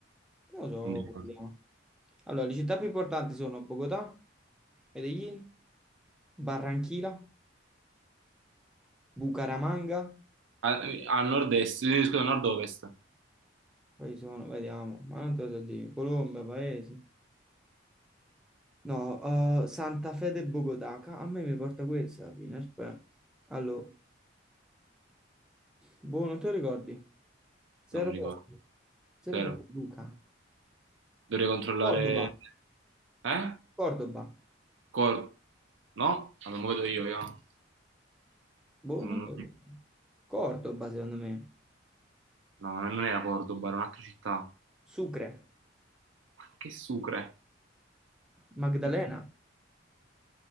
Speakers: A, in the centre; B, on the right.
A: Non lo so
B: sì.
A: come si chiama. Allora, le città più importanti sono Bogotà, Medellin, Barranquilla. Bucaramanga?
B: A, a nord-est, eh, scusa, nord-ovest,
A: Quali sono? Vediamo. Ma non te lo so dire. Colombia, Paesi. No, eh, Santa Fede e Bogotà. Ca- A me mi porta questa alla fine. Aspetta. Allora, boh, non te lo ricordi? Zero
B: non mi
A: proprio.
B: ricordo,
A: Zero
B: zero.
A: proprio, Luca.
B: Dovrei controllare...
A: Cordoba.
B: Eh?
A: Cordoba.
B: Cor- no? Allora, me lo vedo io, io.
A: Boh,
B: Mm,
A: non te lo ricordi. Cordoba, secondo me.
B: No, non era Cordoba, era un'altra città. Ma
A: Sucre.
B: Che sucre!
A: Magdalena.
B: Che-